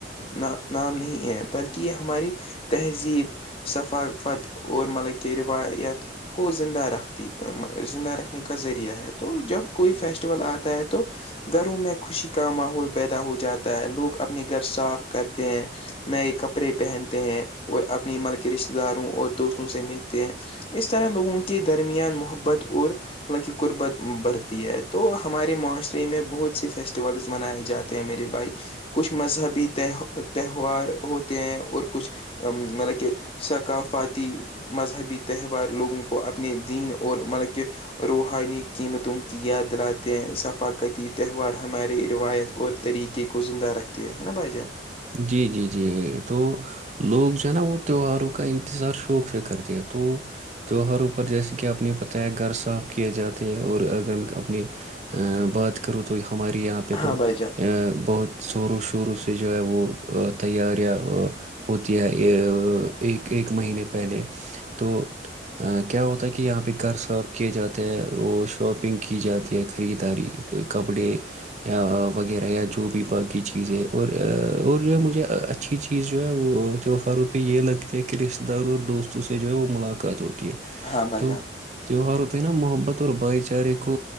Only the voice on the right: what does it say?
جی جی جی تو لوگ جو ہے نا وہ تہواروں کا انتظار شوق سے کرتے ہیں تو تہوہار اوپر جیسے کہ آپ نے پتہ ہے گھر صاف کیے جاتے ہیں اور اگر میں اپنی بات کروں تو ہمارے یہاں پہ
تو
بہت زور و شوروں سے جو ہے وہ تیاریاں ہوتی ہے ایک ایک مہینے پہلے تو کیا ہوتا ہے کہ یہاں پہ گھر صاپ کیے جاتے ہیں وہ شاپنگ کی جاتی ہے خریداری کپڑے یا وغیرہ یا جو بھی باقی چیزیں اور اور جو ہے مجھے اچھی چیز جو ہے وہ تیوہاروں پہ یہ لگتی ہے کہ رشتتے داروں اور دوستوں سے جو ہے وہ ملاقات ہوتی ہے
تو
تیوہار پینا محبت اور بھائی چارے کو